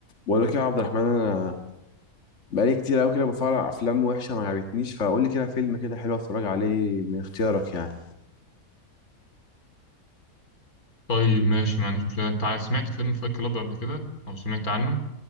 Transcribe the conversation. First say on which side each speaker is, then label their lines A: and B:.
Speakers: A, on the left; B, on the left.
A: بقول لك يا عبد الرحمن انا بقالي كتير قوي كده بتفرج على افلام وحشه ما عجبتنيش فقول لي كده فيلم كده حلو اتفرج عليه من اختيارك يعني
B: طيب ماشي ما عنديش مشكلة أنت عا- سمعت فيلم فايت كلاب قبل كده أو سمعت عنه؟